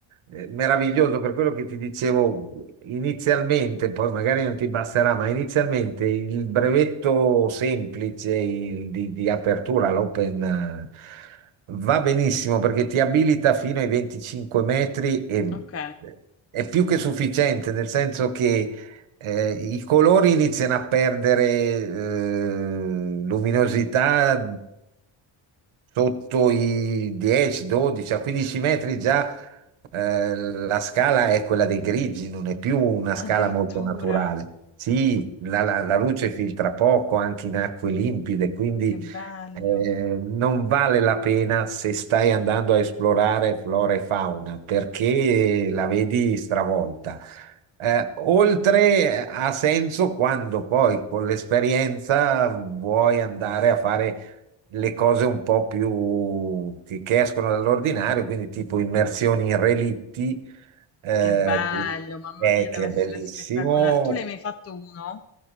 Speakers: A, on the right; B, on the left.
A: eh, meraviglioso, per quello che ti dicevo inizialmente, poi magari non ti basterà, ma inizialmente il brevetto semplice il di, di apertura, l'open, eh, va benissimo perché ti abilita fino ai 25 metri e
B: Ok,
A: è più che sufficiente, nel senso che eh, i colori iniziano a perdere eh, luminosità sotto i 10, 12, a 15 metri già eh, la scala è quella dei grigi, non è più una scala
B: addirittura.
A: molto naturale. Sì, la, la- la luce filtra poco anche in acque limpide, quindi
B: Che bello,
A: eh, non vale la pena se stai andando a esplorare flora e fauna perché la vedi stravolta. Eh, oltre eh, ha senso quando poi con l'esperienza vuoi andare a fare le cose un po' più che, che escono dall'ordinario, quindi tipo immersioni in relitti, eh,
B: che bello,
A: che,
B: mamma
A: eh,
B: mia, deve
A: che
B: essere
A: è bellissimo,
B: spettacolare. Tu ne hai mai fatto uno?